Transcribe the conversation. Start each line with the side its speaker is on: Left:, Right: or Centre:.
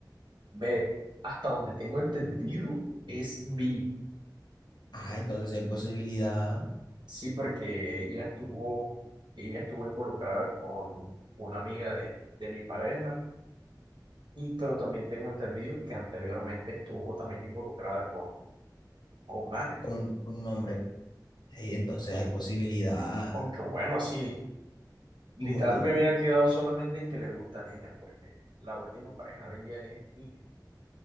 Right: Ve, hasta donde tengo entendido es bi.
Left: Ah, entonces hay posibilidad
Right: Sí, porque ella estuvo, ella estuvo involucrada con una amiga de, de mi pareja. Y, pero también tengo entendido que anteriormente estuvo también involucrada con, con manes.
Left: con un, con un hombre. Ey, entonces hay posibilidad.
Right: Aunque bueno, sí, literal
Left: Mu- no,
Right: me había quedado solamente en que le gusta a ella, porque la última pareja de ella es niña.